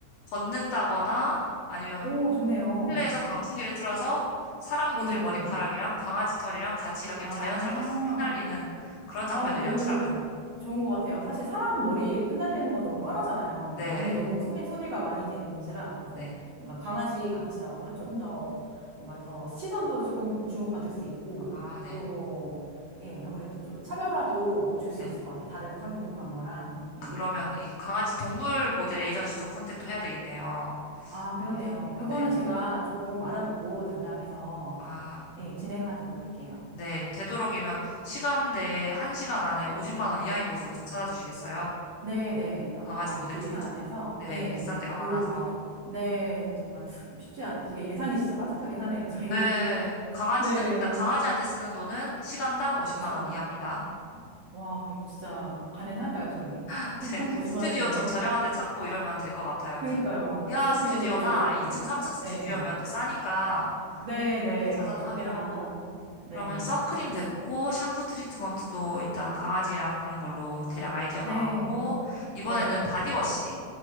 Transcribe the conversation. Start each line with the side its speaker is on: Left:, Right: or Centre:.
Left: 걷는다거나, 아니면
Right: 오, 좋네요.
Left: 실내에서 강풍기를 틀어서 사람 모델
Right: 예.
Left: 머리카락이랑 강아지 털이랑 같이 이렇게
Right: 아.
Left: 자연스럽게 싹 휘날리는 그런 장면을
Right: 아, 너무
Left: 연출하면
Right: 좋은 것 같아요. 사실 사람 머리 흩날리는 건 너무 뻔하잖아요. 이게
Left: 네,
Right: 이미 너무 소비, 소비가 많이 된 이미지라 약간
Left: 네.
Right: 뭔가 강아지가 같이 나오면 조금 더 뭔가 더 시선도 조금 주목받을 수 있고
Left: 아, 네,
Right: 또, 예, 아무래도 좀 차별화도 줄
Left: 네.
Right: 수 있을 것 같아요. 다른 상품 광고랑,
Left: 그러면
Right: 예.
Left: 이 강아지 동물 모델 에이전시 쪽 컨택도 해야 되겠네요.
Right: 아, 그렇네요.
Left: 알겠습니다.
Right: 그거는
Left: 네.
Right: 제가 조금 알아보고 담당해서,
Left: 아,
Right: 아, 예, 진행하도록 할게요.
Left: 네. 되도록이면 시간 내에, 한 시간 안에 50만 원 이하인 곳으로 좀 찾아주시겠어요?
Right: 네네. 아마
Left: 강아지 모델
Right: 그
Left: 쪽이
Right: 예산
Left: 좀,
Right: 안에서,
Left: 네,
Right: 예,
Left: 비싼 데가
Right: 그,
Left: 많아서.
Right: 네, 정말 좀 쉽지 않, 이게 예산이 진짜 빠듯하긴 하네요, 저희가.
Left: 네.
Right: <laughs>
Left: 강아지는,
Right: 네.
Left: 일단 강아지한테 쓰는 돈은 시간당 50만
Right: 그쵸.
Left: 원 이하입니다.
Right: 와, 이거 진짜 가능할까요, 저희?
Left: <laughs>
Right: <laughs>
Left: 네.
Right: 50만
Left: 스튜디오
Right: 원 이하에?
Left: 좀 저렴한 데 찾고 이러면 될 것 같아요.
Right: 그니까요.
Left: 그래서 지하
Right: 이 스튜디오에서
Left: 스튜디오나
Right: 조금.
Left: 2층, 3층 스튜디오면
Right: 네.
Left: 또 싸니까
Right: 네, 네.
Left: 그런 데 찾아서
Right: 최대한.
Left: 하기로 하고,
Right: 네,
Left: 그러면 선크림
Right: 그렇게 해야겠어요.
Left: 됐고, 샴푸 트리트먼트도 일단 강아지랑 하는 걸로 대략 아이디어 나왔고,
Right: 네.
Left: 이번에는
Right: 네.
Left: 바디워시.